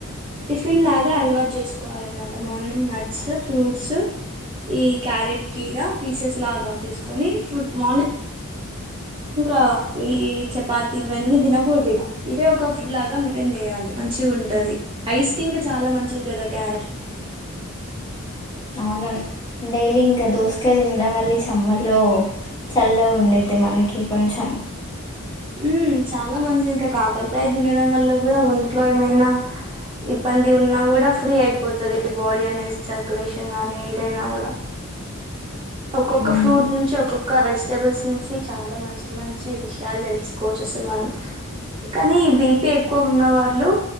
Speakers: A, on the right; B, on the left.
A: టిఫిన్ లాగా అలవాటు చేసుకోవాలనమాట మార్నింగ్ నట్స్ ఫ్రూట్స్ ఈ క్యారెట్ కీరా పీసెస్ లాగా కట్చెస్కుని ఫుడ్ మార్నింగ్ ఆ ఈ చపాత్ ఇవన్నీ దినకూడ్దిగ అంటే ఒక ఫుడ్ లాగా మెయింటైన్ చేయాలి మంచిగా ఉంటది ఐస్ కింకా చాలా మంచిది కదా కర్రెక్ట్
B: అవునను డైలీ ఇంకా దోసకాయ తినడం వల్ల సమ్మర్ లో చల్లగ ఉండేది మనకి కొంచెం
A: ఉ చాలా మంచిది ఇంకా కాకరకాయ తినడం వల్ల కూడా ఒంట్లో ఏమైనా ఇబ్బంది ఉన్నా కూడా ఫ్రీ అయిపోతుది బాడీ అనే సర్క్యులేషన్ గానీ ఏదైనా కూడా ఒక్కొక్క
B: ఉమ్,
A: ఫ్రూట్ నుంచి ఒక్కొక్క వెజ్ బుల్స్ నుంచి చాలా మంచి మంచి విషయాలు తెలుసుకోవచ్చు అస్ల్ మనం కానీ ఈ బీపీ ఎక్కువ ఉన్న వాళ్ళు